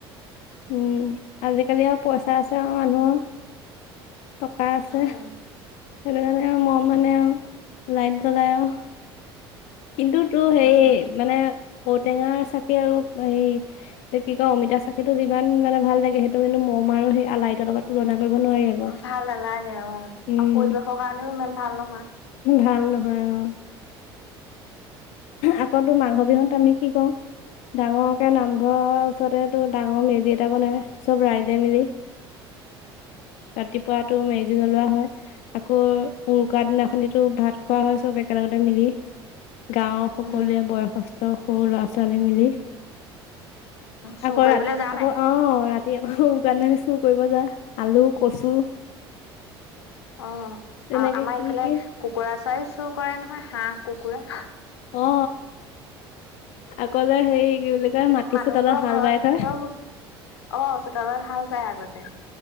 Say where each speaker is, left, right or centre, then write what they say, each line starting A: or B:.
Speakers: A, on the left; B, on the left.
A: উম আজিকালি আৰু পইচা আছে। তেওঁ মানুহৰ টকা আছে।
B: উম
A: সেইটো কাৰণে আৰু ম মানে আৰু লাইট জ্বলাই আৰু। কিন্তু তো সেই
B: উম
A: মানে ঔটেঙা চাকি আৰু হেৰি কি কয় অমিতা চাকিটো যিমান মানে ভাল লাগে সেইটো কিন্তু। অম আৰু সেই আলইতৰ লগ তুলনা কৰিব নোৱাৰি আকৌ।
B: ভাল নালাগে অ
A: উম,
B: আৰু পৰিৱেশৰ কাৰণেও ইমান ভাল নহয়।
A: ভাল নহয়। হয় অ আকৌতো মাঘ বিহুত আমি কি কওঁ ডাঙৰকে নামঘৰৰ ওচৰতে তটো ডাঙৰ মেজি এটা বনাই চব ৰাইজে মিলি। উম। ৰাতিপুৱাতটো মেজি জ্বলোৱা হয়। আকৌ উৰুকাৰ দিনাখনিতো ভাত খোৱা হয় চব একেলগ তে মিলি। গাঁৱৰ সকলোৱে
B: উম
A: বয়সস্থ সৰু ল'ৰা-ছোৱালী মিলি।
B: চুৰ
A: আকৌ
B: কৰিবলৈ
A: ৰাতি
B: যাও
A: আকৌ
B: নাই?
A: অ ৰাতি। ৰাতি আকৌ কাৰণে নি চুৰ কৰিব যা আলু, কচু
B: অ, আহ
A: তেনেকে
B: আমাৰ
A: কি
B: এইফালে
A: কি
B: কুকুৰা চউ চোৰ কৰে নহয় হাঁহ কুকুৰা।
A: অ। অকলে হে কি বুলি কয় মাটি
B: মানুহবোৰৰ
A: চো তলত হাল
B: ঘৰত
A: বাই থয়।
B: একদম অ, চতালত হাল পায় আগতে।